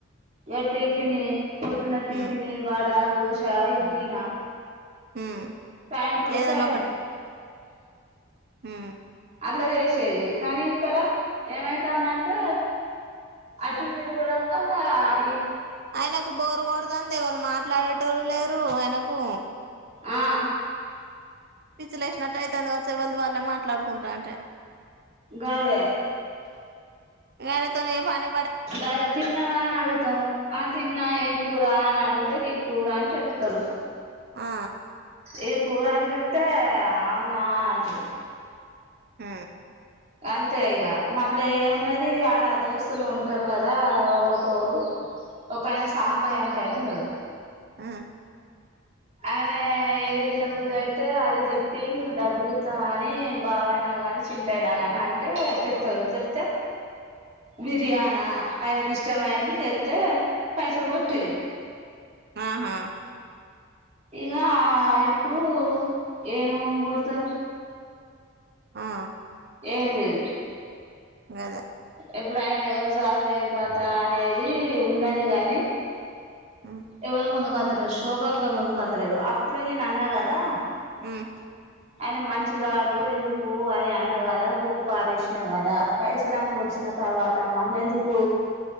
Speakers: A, on the right (about 35°); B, on the right (about 50°).
A: ఇగ టిఫిని పొద్దున టిఫిని
B: ఉమ్
A: వాడా దోశా ఇడ్లీ నా
B: ఉమ్
A: టైం టూ
B: ఏదన్నా
A: టై
B: మ్
A: అలా చేసేది కానీ ఇక్కడ ఏమైతుందంటే అటుడు తిరగడం వల్ల ఈ
B: ఆయనకు బోరుకొడుతాంది ఎవను మాట్లాడేటళ్లు లేరు ఆయనకు
A: ఆ
B: పిచ్చిలు వేసినట్టు అయితే అందుక వచ్చేవళ్ళదు వాళ్ళ మాట్లాడుకుంటా అంటే
A: గాదే
B: ఎర తనే పానీ
A: ద తిన్నావా అని అడుగుతాం ఆ తిన్నా ఏం కూర అని అనుగుత ఈ కూర అని చెప్తారు
B: ఆ
A: ఇది కూర అని చెప్తే అవునా అని అంటారు
B: మ్
A: అంతే ఇగ, మళ్ళీ ఏమున్నది ఆడ దోస్తులు ఉంటారు కదా, ఒకరిఒకళ్లు ఒక ఆయన సాంబాయ అంటే ఆయన ఉన్నాడు
B: ఆ
A: ఆయన ఏది తిన బుద్ధ అయితే అది తెప్పి మేము డబ్బులు ఇస్తామ అని బావయినా కాని చింట అయినా ని అంటే తెత్తా, తెత్తే బిర్యానా ఆయనకి ఇష్టంమయింది తెత్తే పైసలు కొట్టేది
B: ఆ హా
A: ఇక ఇప్పుడు ఏమ కొడతారు
B: ఆ
A: ఏమి లేదు
B: గదె
A: ఎప్పుడు ఆయన ఎవరు సాదుడేం కథ అనేది ఉన్నది గాని
B: ఉమ్
A: ఎవరు ముందుకాద్ దర శోభక్క ముందుకుతలేదు అప్పుడే నేను అన్నా కదా
B: ఉమ్
A: అయినా మంచిగా ఎందుకు అని అన్న కదా బుక్కు బారేసిన కదా, పైసలన్ని ఒడిచిన తర్వాత మళ్ళీ ఎందుకు,